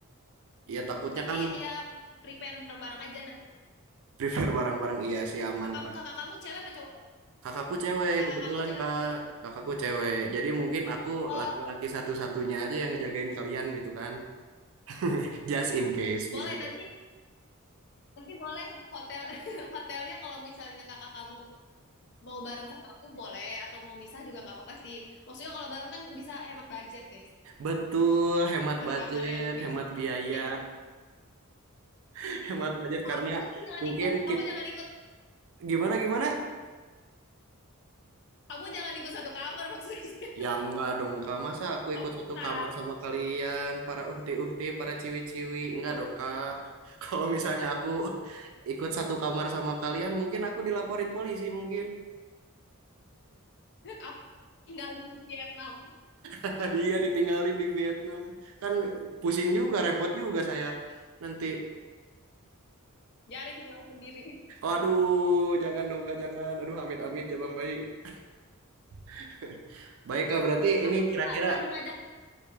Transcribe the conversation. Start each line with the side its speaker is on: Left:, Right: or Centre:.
Right: Iya takutnya
Left: Tapi
Right: kan
Left: ya prepare bareng-bareng aja. Nah,
Right: prepare barang-barang iya sih aman,
Left: kakak,
Right: Kak.
Left: kakak kamu cewek apa cowok?
Right: Kakakku cewek
Left: kakak
Right: kebetulan
Left: kamu cewek
Right: kak,
Left: apa cowok?
Right: kakakku cewek. Jadi mungkin aku
Left: Eh,
Right: laki-laki satu-satunya aja yang ngejagain kalian gitu kan. <laughs> Just in case
Left: boleh
Right: bisa. jadi.
Left: nanti nanti boleh hotel <laughs> hotelnya kalau misalnya kakak kamu mau bareng sama aku boleh atau mau misah juga nggak apa-apa sih. Maksudnya kalau bareng kan bisa hemat budget guys.
Right: Betul, hemat
Left: Satu
Right: budget,
Left: kamar yang bin
Right: hemat biaya,
Left: yang
Right: <laughs> hemat budget
Left: kamu
Right: karena
Left: tuh jangan
Right: mungkin
Left: ikut, kamu
Right: kita,
Left: jangan ikut,
Right: gimana gimana?
Left: kamu jangan ikut satu kamar maksudnya. <laughs>
Right: Ya enggak dong kak, masa aku
Left: Kamu
Right: ikut satu
Left: bisa.
Right: kamar sama kalian, para uhti-uhti, para ciwi-ciwi, enggak
Left: Oh,
Right: dong kak. <laughs> Kalau misalnya aku ikut satu kamar sama kalian, mungkin aku dilaporin polisi mungkin.
Left: <laughs> aku tinggal di Vietnam,
Right: Ah, Dia ditinggalin di Vietnam. Kan pusing juga, repot juga saya nanti.
Left: biarin pulang sendiri.
Right: Waduh, jangan dong Kak, jangan. Aduh, amit-amit Jabang Bayi. <laughs> Baik Kak, berarti ini
Left: Aku
Right: kira-kira
Left: juga lagi ngajak,